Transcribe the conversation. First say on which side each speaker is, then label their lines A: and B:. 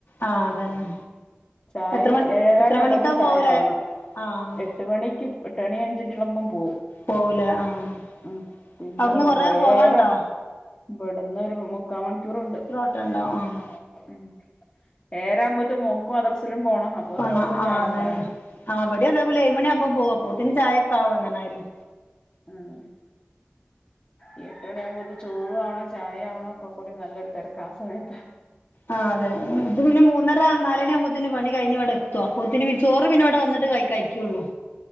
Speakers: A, on the left (about 60°); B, on the left (about 40°).
A: ആഹ് അതന്നെ
B: ചായെഏഴേകാല
A: എത്ര മണി എത്ര
B: ആകുമ്പോത്തെ
A: മണിക്കാ
B: ചായ
A: പോവല്
B: ആവണം
A: ആഹ്
B: എട്ട് - എട്ട് മണിക്കും എട്ട്ണി അഞ്ച് മിനിറ്റുള്ളപ്പോൾ പോവും
A: പോവൂലേ ആഹ്
B: ഉം പിന്നെ
A: അവിടുന്ന്
B: <unintelligible>
A: കൊറേ പോവാണ്ടോ
B: ഇവിടന്ന് ഒരു മുക്കാ മണിക്കൂറുണ്ട്
A: ഓട്ടഉണ്ടാവും ആഹ്‌
B: ഉം ഏഴര ആവുമ്പോത്തിന് മോക്കും മദ്രസിലും പോണം അപ്പോത്തിന്
A: പണ
B: ഓക്കും
A: അതന്നെ
B: ചായ കൊടുക്കണല്ലോ
A: അവിടെ അതേപോലെ ഏഴുമണി ആകുമ്പോ പോവാ പോത്തിന് ചായൊക്കെ ആവും എങ്ങന ആയാലും
B: ഉം ഈ എട്ട് മണി ആകുമ്പോ ഇത് ചോറ് ആവണോ ചായ ആവണോ ഒക്കെ കൂടി നല്ലൊരു തിരക്ക ആ സമയത്ത്
A: ആഹ് അത ഇത് പിന്നെ മൂന്നര നാല് മണി ആകുമ്പോത്തിന് പണി കഴിഞ്ഞ് ഇവിടെ എത്തും അപ്പത്തിന് ചോറ് പിന്നെ ഇവിടെ വന്നിട്ട് കഴിക്കും കഴിക്കുള്ളൂ